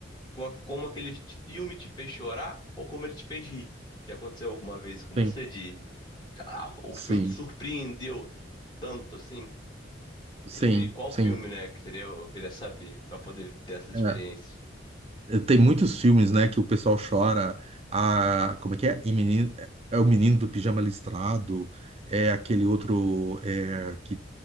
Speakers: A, on the left; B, on the right.
A: com a- como aquele filme te fez chorar ou como ele te fez rir? Já aconteceu alguma vez com você
B: sim,
A: de ah, o
B: sim,
A: filme te surpreendeu tanto assim?
B: sim,
A: E qual
B: sim.
A: filme, né? Que seria, eu queria saber, pra poder ter essas experiências.
B: É. É, Tem muitos filmes, né, que o pessoal chora. A, como é que é? O menino, é é o menino do pijama listrado, é aquele outro é, que